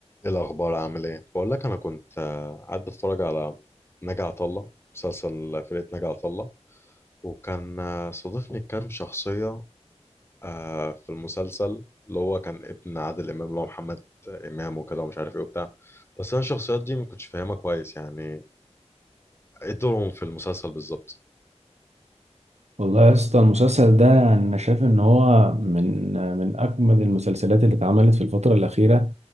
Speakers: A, on the left; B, on the right.
A: ايه الاخبار عامل ايه بقول لك انا كنت آه، قاعد بتفرج على ناجي عطا الله مسلسل فرقه ناجي عطا الله وكان آه، صادفني كام شخصيه آه، في المسلسل اللي هو كان ابن عادل امام اللي هو محمد امام وكده ومش عارف ايه وبتاع بس انا الشخصيات دي ما كنتش فاهمها كويس يعني ايه دورهم في المسلسل بالظبط
B: والله يا اسطى المسلسل ده يعني انا شايف ان هو من من اجمد المسلسلات اللي اتعملت في الفتره الاخيره